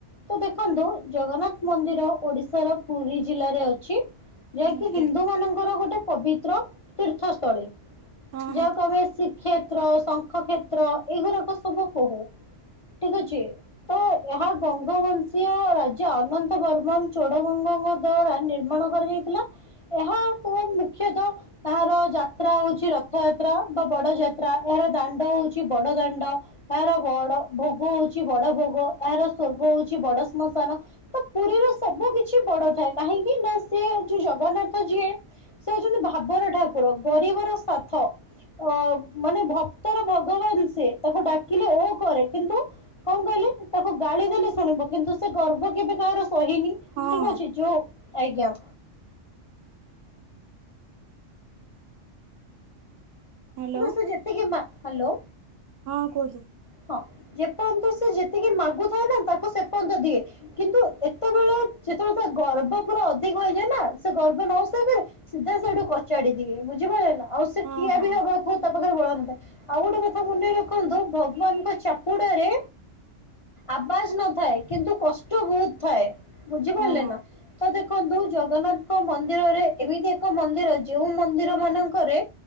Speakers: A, on the left; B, on the right.
A: ତ ଦେଖନ୍ତୁ ଜଗନ୍ନାଥ ମନ୍ଦିର ଓଡିଶାର ପୁରୀ ଜିଲ୍ଲାରେ ଅଛି। ଯାହାକି
B: ଆଜ୍ଞା
A: ହିନ୍ଦୁ ମାନଙ୍କର ଗୋଟେ ପବିତ୍ର ତୀର୍ଥସ୍ଥଳୀ।
B: ହଁ ହଁ
A: ଯାହାକୁ ଆମେ ଶ୍ରୀ କ୍ଷେତ୍ର, ଶଙ୍ଖକ୍ଷେତ୍ର ଏଗୁରାକ ସବୁ କହୁ ଠିକ ଅଛି। ତ ଏହା ଗଙ୍ଗବଂଶୀୟ ରାଜା ଅନନ୍ତ ବର୍ମନ ଚୋଡଗଙ୍ଗଙ୍କ ଦ୍ଵାରା ନିର୍ମା ଣ କରାଯାଇଥିଲା ।ଏହା ତ ମୁଖ୍ୟତଃ ଏହାର ଯାତ୍ରା ହଉଛି ରଥଯାତ୍ରା। ବଡ ଯାତ୍ରା ଏହାର ଦାଣ୍ଡ ହଉଛି ବଡ ଦାଣ୍ଡ ଏହାର ବଡ ଭୋଗ ହଉଛି ବଡ ଭୋଗ। ଏହାର ସ୍ୱର୍ଗ ହଉଛି ବଡ ଶ୍ମଶାନ ତ ପୁରୀର ସବୁ କିଛି ବଡ ଥାଏ। କାହିଁକି ନା ସେ? ସେ ଯୋଉ ଜଗନ୍ନାଥ ଯିଏ ସେ ହଉଛନ୍ତି ଭାବର ଠାକୁର ଗରିବର ସାଥ। ଅ ମାନେ ଭକ୍ତର ଭଗବାନ ସେ ତାକୁ ଡାକିଲେ ଓ କରେ। କିନ୍ତୁ କଣ କହିଲେ? ତାକୁ ଗାଳି ଦେଲେ ଶୁଣିବ। କିନ୍ତୁ ସେ ଗର୍ବ କେବେ କାହାର ସହିନି।
B: ହଁ
A: ଠିକ ଅଛି ଯୋଉ ଆଜ୍ଞା।
B: ହ୍ୟାଲୋ
A: ତ ସେ ଯେତିକି, ହ୍ୟାଲୋ।
B: ହଁ କୁହନ୍ତୁ
A: ହଁ ଯେପର୍ଯ୍ୟନ୍ତ ସେ ଯେତିକି ମାଗୁଥାଏ ନା ତାକୁ ସେ ପର୍ଯ୍ୟନ୍ତ ଦିଏ। କିନ୍ତୁ ଏତେବେଳେ ଯେତେବେଳେ ତା ଗର୍ବ ପୁରା ଅଧିକ ହୋଇଯାଏ ନା, ସେ ଗର୍ବ ନ ସହିପାରି ସିଧା ସେଇଠୁ କଚାଡିଦିଏ ବୁଝିପାରିଲ ନା। ଆଉ ସେ
B: ହଁ
A: ଠିଆ
B: ହଁ
A: ବି ହବା କୁ ତା ପାଖରେ ବଳନଥାଏ ।ଆଉ ଗୋଟେ କଥା ମନେଇ ରଖନ୍ତୁ, ଭଗ୍ ଭଗବାନଙ୍କ ଚାପୁଡ଼ାରେ ଆବାଜ ନଥାଏ, କିନ୍ତୁ କଷ୍ଟ ବହୁତ ଥାଏ। ବୁଝିପାରିଲେନା
B: ହଁ
A: ତ ଦେଖ ଦେଖନ୍ତୁ ଜଗନ୍ନାଥଙ୍କ ମନ୍ଦିରରେ ଏମିତି ଏକ ମନ୍ଦିର, ଯେଉ ମନ୍ଦିର ମାନଙ୍କରେ